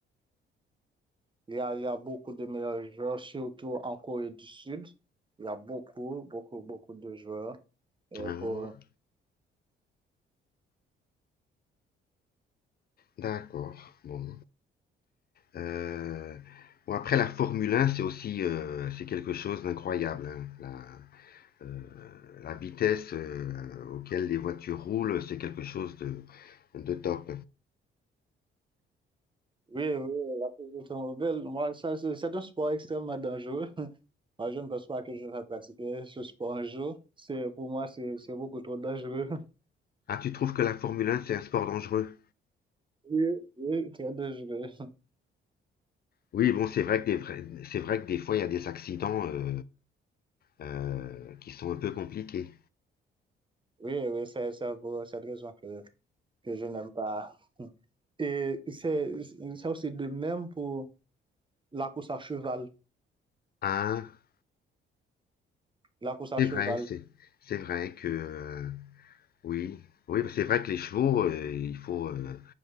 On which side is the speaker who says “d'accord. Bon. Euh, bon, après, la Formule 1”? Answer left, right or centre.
Left